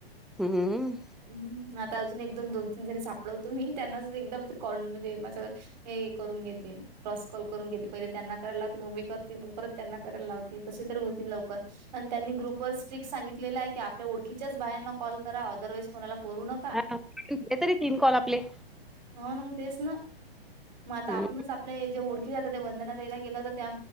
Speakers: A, in the centre; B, on the right.
A: हम्म.
B: हम् आता अजून एकदम दोन तीन जणी सापडवतो मी त्यांनाच एकदामणे कॉर् म्हणजे माझं हे करून घेते क्रॉस कॉल करून घेते पहिले त्यांना करायला लावते मी करते म करत त्यांना करायला लावते तसे तर होतील लवकर आणि त्यांनी ग्रुप वर स्ट्रिक सांगितलेलं आहे की आपल्या ओळखी च बायाना कॉल करा अदरवाईज कोणाला करू न
A: हा तरी तीन कॉल आपले.
B: हो म तेच ना मग
A: हम्म.
B: आता आपणच आपल्या जे ओढ आ ते वदंना ताई ला केला होता